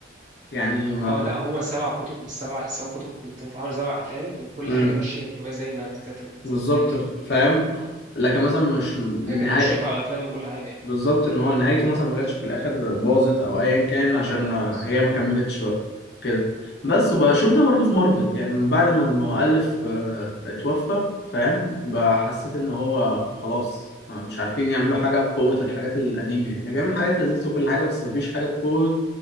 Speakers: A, on the left; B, on the right.
A: يعني ما
B: اه لا هما سبع كتب بالسبع السبع كتب كلها بتتعمل سبع أفلام وكل
A: مم.
B: حاجة ماشية في الرواية زي ما اتكتبت
A: بالظبط
B: زي في
A: فاهم
B: الفيلم
A: لكن مثلا مش من
B: وهي كانت
A: نهاية
B: مشرفة على الأفلام وكل حاجة يعني
A: بالظبط ان هو نهايته مثلا ما جاتش في الاخر باظت او ايا كان
B: لا
A: عشان
B: لا لا خالص
A: هي ما كملتش بقى كده بس وبقى اشوف ده برضو في مارفل يعني من بعد ما المؤلف آه، اتوفى فاهم بقى حسيت ان هو خلاص آه، مش عارفين يعملوا حاجة بقوة الحاجات القديمة يعني, يعني بيعمل حاجات لذيذة وكل حاجة بس مفيش حاجة بقوة